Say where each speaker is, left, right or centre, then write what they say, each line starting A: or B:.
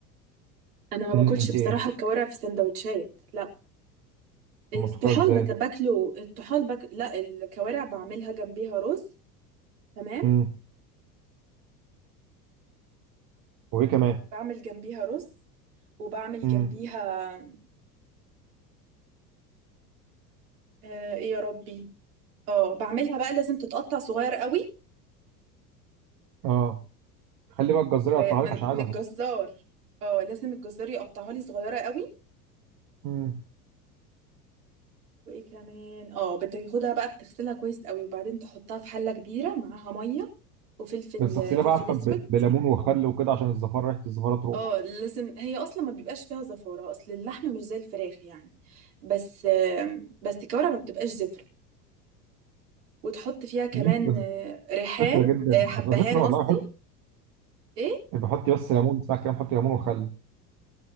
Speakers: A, on the right; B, on the right.
A: انا ما باكلش
B: امم انت
A: بصراحة
B: ايه
A: الكوارع في سندوتشات لا الطحال
B: ما بتاكلوها ازاي
A: بت- باكله الطحال باك... لا الكوارع بعملها جنبيها رز تمام
B: امم وايه كمان
A: بعمل جنبيها رز وبعمل
B: امم
A: جنبيها آه ايه يا ربي اه بعملها بقى لازم تتقطع صغير قوي
B: اه خلي بقى الجزار
A: ومن
B: يقطعها لك عشان عايز
A: من الجزار اه لازم الجزار يقطعها لي صغيرة قوي
B: مم.
A: وايه كمان اه بتاخدها بقى بتغسلها كويس قوي وبعدين تحطها في حله كبيره معاها ميه وفلفل
B: بس اغسليها
A: فلفل
B: بقى عارفه
A: اسود
B: ب- بليمون وخل وكده عشان الزفاره ريحه الزفاره تروح
A: اه لازم هي اصلا ما بيبقاش فيها زفاره اصل اللحمه مش زي الفراخ يعني بس آم، بس الكوارع ما بتبقاش زفره وتحط فيها كمان
B: مم. بتبقى
A: آه، ريحان
B: زفره جدا
A: آه، حبهان
B: بتبقى زفره
A: قصدي
B: والله بحط
A: ايه
B: بحط بس ليمون ساعه كده بحط ليمون وخل